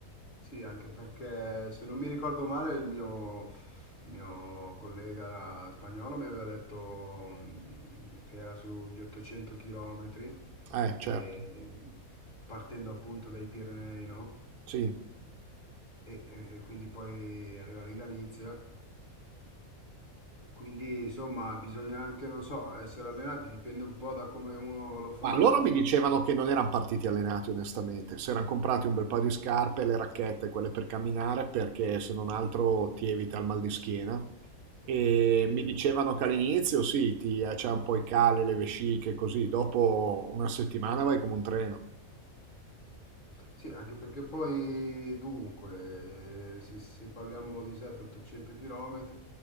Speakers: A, on the left; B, on the right.
A: Sì, anche perché se non mi ricordo male il mio, il mio collega spagnolo mi aveva detto mh, che era sugli 800 chilometri,
B: Eh,
A: e,
B: certo,
A: partendo appunto dai Pirenei, no?
B: sì.
A: E, e quindi poi arrivare in Galizia. Quindi insomma bisogna anche, non so, essere allenati, dipende un po' da come uno lo fa.
B: Ma loro mi dicevano che non eran partiti allenati onestamente, s'eran comprati un bel paio di scarpe, le racchette, quelle per camminare, perché se non altro ti evita il mal di schiena. E mi
A: Sì.
B: dicevano che all'inizio sì, ti, c'è un po' i cali, le vesciche, così, dopo una settimana vai come un treno.
A: Sì, anche perché poi, dunque, se, se parliamo di 700-800 km,